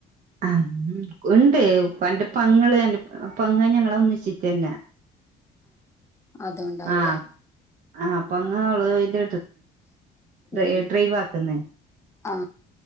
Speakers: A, on the right (about 55°); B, on the left (about 15°).
A: ആം ഉ ഉണ്ട് ഉപ്പന്റെ പങ്ങള് എന്റെ പൊങ്ങ ഞങ്ങള ഒന്നിച്ചിട്ട തന്നെ
B: അതുണ്ടാവൂലേ
A: ആ ആ അപ്പൊ അങ്ങള്ള ഇത്
B: ഉം
A: എ ഡ്രൈവ് ആക്കുന്ന
B: ആ